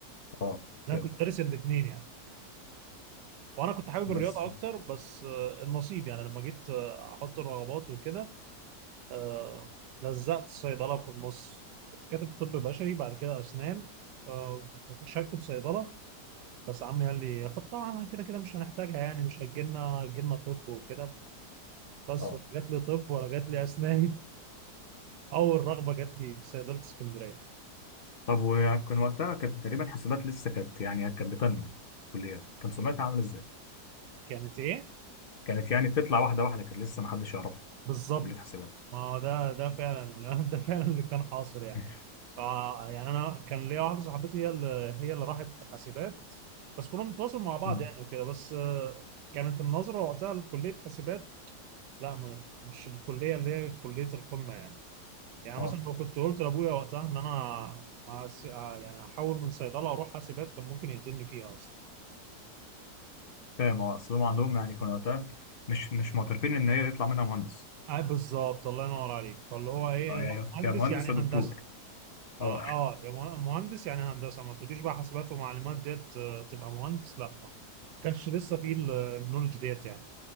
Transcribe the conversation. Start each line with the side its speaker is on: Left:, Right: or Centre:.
Left: اه
Right: انا
Left: كده
Right: كنت دارس الاثنين يعني وانا كنت حابب
Left: بس
Right: الرياضه اكتر بس آه، النصيب يعني لما جيت آه، احط الرغبات وكده آه، لزقت صيدله في النص كنت كاتب طب بشري بعد كده اسنان آه، ما كنتش هكتب صيدله بس عمي قال لي حطها انا كده كده مش هنحتاجها يعني مش هيجي لنا هيجي لنا طب وكده بس
Left: اه
Right: جات لي طب ولا جات لي اسنان اول رغبه جات لي صيدله اسكندريه
Left: طب وكان وقتها كانت تقريبا حسابات لسه كانت يعني كانت بتنمي كليات كان سمعتها عامله ازاي؟
Right: كانت ايه؟
Left: كانت يعني بتطلع واحده واحده كانت لسه ما حدش يعرفها
Right: بالظبط
Left: كليه حسابات
Right: ما هو ده ده فعلا <laughs> ده فعلا اللي كان حاصل يعني
Left: <laughs>
Right: آه يعني انا كان ليا واحده صاحبتي هي اللي هي اللي راحت حاسبات بس كنا بنتواصل مع بعض
Left: مم.
Right: يعني وكده بس آه كانت النظره وقتها لكليه حاسبات لا ما- مش الكليه اللي هي كليه القمه يعني يعني
Left: اه
Right: مثلا لو كنت قلت لابويا وقتها ان انا هس- آه، يعني هحول من صيدله اروح حاسبات كان ممكن يقتلني فيها
Left: فاهم اه اصل هم عندهم يعني كانوا وقتها مش مش معترفين ان هي يطلع منها مهندس
Right: آه، بالظبط الله ينور عليك فاللي هو ايه
Left: اه
Right: لا
Left: يا
Right: مهندس
Left: يا مهندس
Right: يعني
Left: يا دكتور
Right: هندسه ما
Left: اه
Right: اه يا مه- مهندس يعني هندسه ما تقوليش بقى حاسبات ومعلومات ديت آه، تبقى مهندس لا ما كانش لسه فيه ال- النولج ديت يعني